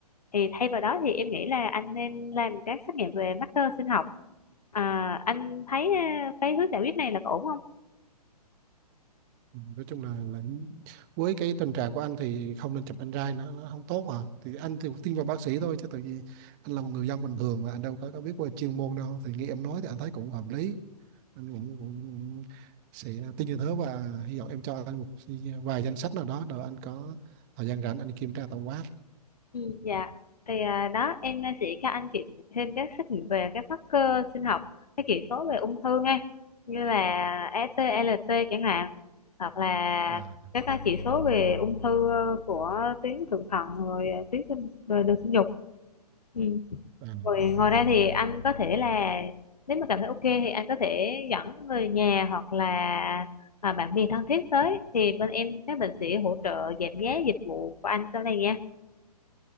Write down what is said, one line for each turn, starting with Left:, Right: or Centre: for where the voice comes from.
Left: thì thay vào đó thì em nghĩ là anh nên làm các xét nghiệm về marker sinh học à, anh thấy à, cái hướng giải quyết này là có ổn không
Right: Ừ, nói chung là, là với cái tình trạng của anh thì không nên chụp anh nó, nó không tốt mà thì anh thì cũng tin vào bác sĩ thôi chứ tự nhiên anh là một người dân bình thường mà anh đâu có, có biết về chuyên môn đâu thì nghe em nói thì anh thấy cũng hợp lý anh cũng, cũng sẽ tin như thế và hy vọng em cho anh một vài danh sách nào đó rồi anh có thời gian rảnh anh đi kiểm tra tổng quát
Left: Ừ, dạ thì à, đó em à, sẽ cho anh chị thêm các xét nghiệm về các marker sinh học các chỉ số về ung thư nghe như là ST, LT chẳng hạn hoặc là
Right: à,
Left: các à, chỉ số về ung thư ờ, của tuyến thượng thận rồi à, tuyến sinh rồi đường sinh dục ừ.
Right: à,
Left: rồi ngoài ra thì anh có thể là nếu mà cảm thấy ok thì anh có thể dẫn người nhà hoặc là à, bạn bè thân thiết tới thì bên em các bệnh sĩ hỗ trợ giảm giá dịch vụ của anh sau này nha